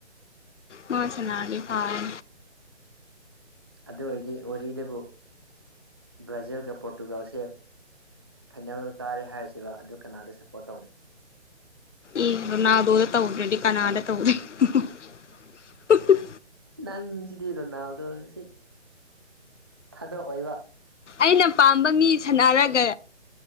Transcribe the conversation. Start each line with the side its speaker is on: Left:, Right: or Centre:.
Left: ꯃꯥ ꯆꯅꯥꯅꯤ ꯀꯥꯔ
Right: ꯑꯗꯨ ꯑꯣꯏꯔꯗꯤ ꯋꯥꯔꯤꯗꯕꯨ ꯕ꯭ꯔꯥꯖꯤꯜꯒ ꯄꯣꯔꯇꯨꯒꯥꯜꯁꯦ ꯐꯥꯏꯅꯦꯜ ꯀꯥꯔꯦ ꯍꯥꯏꯔꯤꯁꯤꯕ ꯑꯗꯨ ꯀꯅꯥꯗ ꯁꯞꯄꯣꯔꯠ ꯇꯧꯅꯤ
Left: ꯏ ꯅ ꯑꯗꯨꯣ ꯇꯧꯗ꯭ꯔꯦꯗꯤ ꯀꯅꯥꯗ ꯇꯧꯅꯤ <unintelligible>
Right: ꯅꯪꯁꯤꯗꯤ ꯔꯣꯅꯥꯜꯗꯣ ꯁꯤ ꯊꯥꯗꯑꯣꯏꯕ
Left: ꯑꯩꯅ ꯄꯥꯝꯕ ꯃꯤ ꯁꯥꯟꯅꯔꯒ